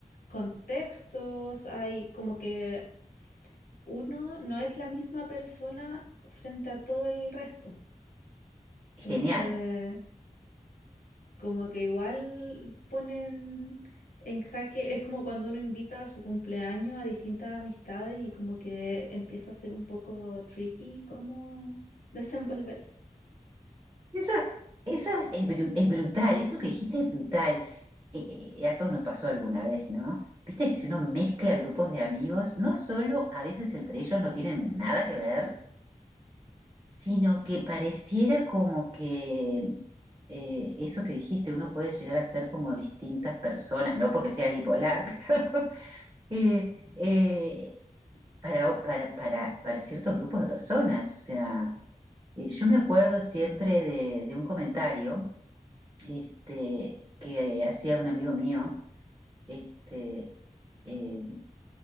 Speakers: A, on the left; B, on the right.
A: contextos, hay como que uno no es la misma persona frente a todo el resto. Entonces,
B: Genial.
A: como que igual ponen en jaque, es como cuando uno invita a su cumpleaños a distintas amistades y como que empieza a ser un poco tricky cómo <laughs> desenvolverse.
B: Eso, eso es, es bru- es brutal, eso que dijiste es brutal. Eh, eh, a todos nos pasó alguna vez, ¿no? Viste que si uno mezcla grupos de amigos, no solo a veces entre ellos no tienen nada que ver, sino que pareciera como que eh, eso que dijiste, uno puede llegar a ser como distintas personas, no porque sea bipolar, <laughs> pero eh, eh, para, o- para, para, para ciertos grupos de personas. O sea, eh, yo me acuerdo siempre de, de un comentario este, que hacía un amigo mío, este, eh,